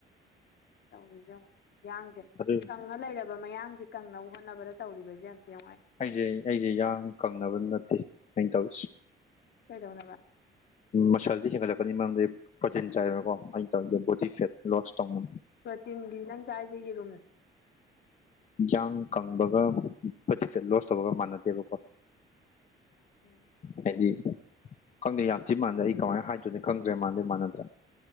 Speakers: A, on the left; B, on the left.
A: ꯇꯧꯔꯤꯖꯤ ꯌꯦꯡꯉꯣ ꯌꯥꯡꯁꯦ
B: ꯑꯗꯨ
A: ꯀꯪꯉ ꯂꯩꯔꯕ ꯃꯌꯥꯡꯁꯦ ꯀꯪꯅꯕ ꯍꯣꯠꯅꯕꯗ ꯇꯧꯔꯤꯕꯁꯦ ꯑꯝꯇ ꯌꯦꯡꯉꯣ
B: ꯑꯩꯁꯦ ꯑꯩꯁꯦ ꯌꯥꯡ ꯀꯪꯅꯕ ꯅꯠꯇꯦ ꯑꯩꯅ ꯇꯧꯔꯤꯁꯦ
A: ꯀꯩꯗꯧꯅꯕ
B: ꯃꯁꯜꯗꯤ ꯍꯦꯟꯒꯠꯂꯛꯀꯅꯤ ꯃꯔꯝꯗꯤ ꯄ꯭ꯔꯣꯇꯤꯟ ꯆꯥꯏꯕꯀꯣ ꯑ ꯇꯧꯔꯦ ꯕꯣꯗꯤ ꯐꯦꯠ ꯂꯣꯁ ꯇꯧꯅ
A: ꯄ꯭ꯔꯣꯇꯤꯟꯒꯤ ꯅꯪ ꯆꯥꯔꯤꯁꯦ ꯌꯦꯔꯨꯝ
B: ꯌꯥꯡ ꯀꯪꯕꯒ ꯂꯣꯁ ꯇꯧꯕꯒ ꯃꯥꯟꯅꯗꯦꯕꯀꯣ
A: ꯎꯝ
B: ꯍꯥꯏꯗꯤ ꯈꯪꯗꯦ ꯌꯥꯝ ꯊꯤ ꯃꯥꯟꯗꯦ ꯑꯩ ꯀꯃꯥꯏꯅ ꯍꯥꯏꯗꯣꯏꯅꯤ ꯈꯪꯗ꯭ꯔꯦ ꯃꯥꯟꯗꯤ ꯃꯥꯟꯅꯗ꯭ꯔꯦ